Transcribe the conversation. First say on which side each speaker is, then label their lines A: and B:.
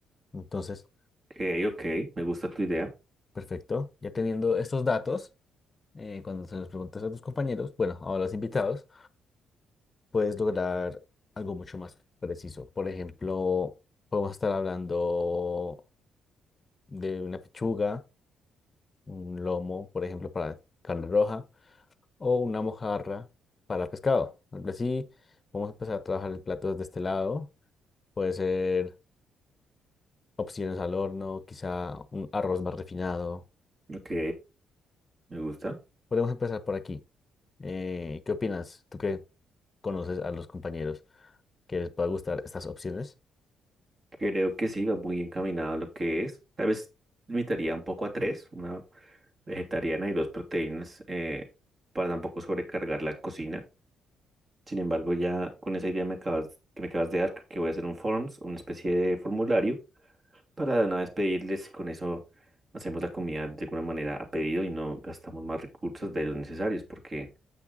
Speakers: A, on the left; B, on the right.
A: Entonces,
B: Ok, ok, me gusta tu idea.
A: perfecto. Ya teniendo estos datos, eh, cuando se los preguntas a tus compañeros, bueno, a los invitados, puedes lograr algo mucho más preciso. Por ejemplo, podemos estar hablando de una pechuga, un lomo, por ejemplo, para carne roja o una mojarra para pescado. Algo así, vamos a empezar a trabajar el plato desde este lado Puede ser opciones al horno, quizá un arroz más refinado.
B: Ok, me gusta.
A: Podemos empezar por aquí. Eh, ¿qué opinas? Tú que conoces a los compañeros que les pueda gustar estas opciones.
B: Creo que sí, va muy encaminado a lo que es. Tal vez limitaría un poco a tres, una vegetariana y dos proteínas, eh, para tampoco sobrecargar la cocina. Sin embargo, ya con esa idea me acabas, que me acabas de dar, creo que voy a hacer un forms, una especie de formulario, para de una vez pedirles, con eso hacemos la comida de alguna manera a pedido y no gastamos más recursos de los necesarios, porque